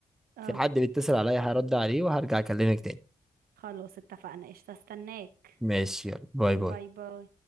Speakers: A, on the right; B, in the centre.
A: اه
B: في حد بيتصل عليا هرد عليه وهرجع اكلمك تاني
A: خلاص اتفقنا قشطة استناك
B: ماشي يلا باي باي
A: باي باي